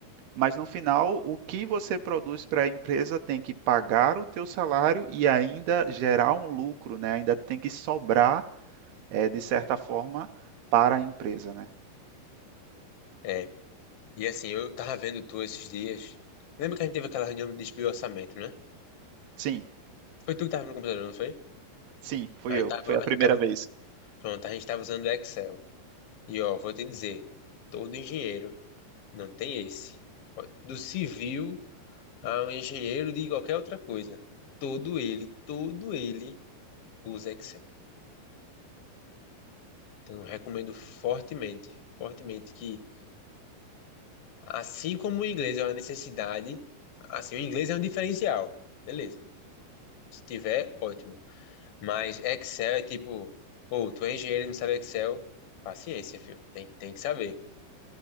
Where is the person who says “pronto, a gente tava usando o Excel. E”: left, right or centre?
Left